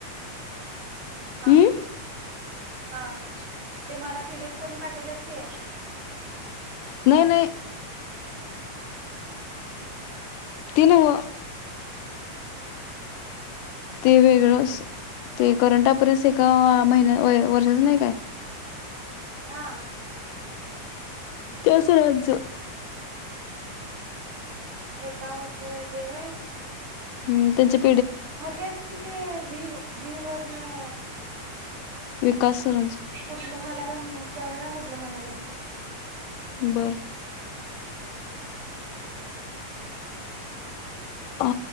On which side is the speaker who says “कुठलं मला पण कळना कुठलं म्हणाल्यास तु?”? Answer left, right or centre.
Right